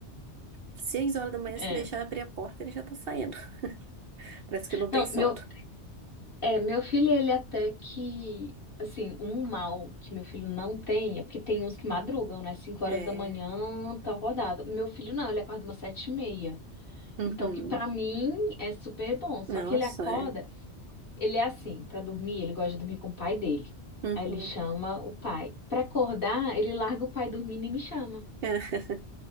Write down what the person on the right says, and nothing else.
Seis horas da manhã,
se deixar abrir a porta, ele já tá saindo. <laughs> Parece que não tem
sono.
É.
Uhum.
Nossa,
é.
Uhum.
<laughs>